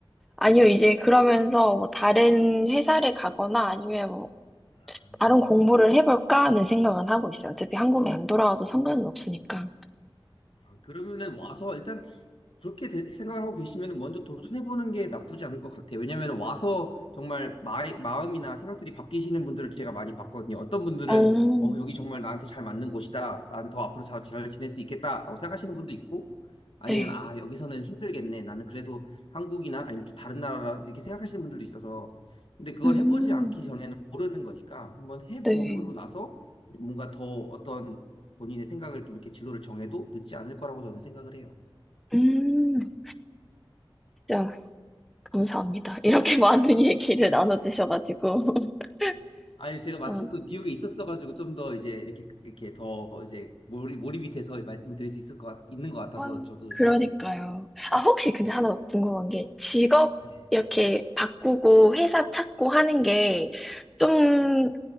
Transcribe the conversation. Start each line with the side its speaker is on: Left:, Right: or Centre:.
Centre: 아니요, 이제 그러면서 뭐 다른 회사를 가거나 아니면 뭐
Left: 아,
Centre: 다른 공부를 해볼까 하는 생각은 하고 있어요. 어차피 한국에 안 돌아와도 상관은 없으니까.
Left: 아, 그러면은 와서 일단 그렇게 되- 생각하고 계시면 먼저 도전해보는 게 나쁘지 않을 것 같아요. 왜냐하면 와서 정말 마, 마음이나 생각들이 바뀌시는 분들을 제가 많이 봤거든요. 어떤 분들은
Centre: 어,
Left: 어, 여기 정말 나한테 잘 맞는 곳이다. 난 더 앞으로 잘, 잘 지낼 수 있겠다라고 생각하시는 분도 있고 아니면
Centre: 네.
Left: 아, 여기서는 힘들겠네. 나는 그래도 한국이나 아니면 또 다른 나라 이렇게 생각하시는 분들도 있어서 근데 그걸
Centre: 음,
Left: 해보지 않기 전에는 모르는 거니까 한번 해보고
Centre: 네.
Left: 나서 뭔가 더 어떤 본인의 생각을 좀 이렇게 진로를 정해도 늦지 않을 거라고 저는 생각을 해요.
Centre: 음, 진짜 감사합니다. 이렇게 <laughs> 많은 얘기를 나눠주셔가지고. <laughs>
Left: 아니 제가 마침
Centre: 전-
Left: 또 뉴욕에 있었어가지고 좀 더 이제 이렇게 이렇게 더 이제 몰입 몰입이 돼서 말씀을 드릴 수 있을 것 같, 있는 것 같아서
Centre: 아,
Left: 저도
Centre: 그러니까요.
Left: 좋네요.
Centre: 아, 혹시 근데 하나 궁금한 게 직업
Left: 네.
Centre: 이렇게 바꾸고 회사 찾고 하는 게 좀